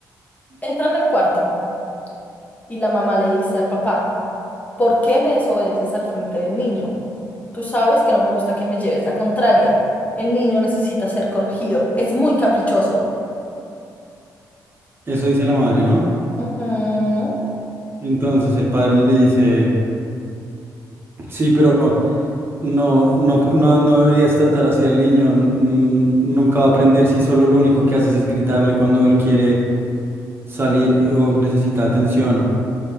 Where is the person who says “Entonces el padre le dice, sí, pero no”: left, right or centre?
Right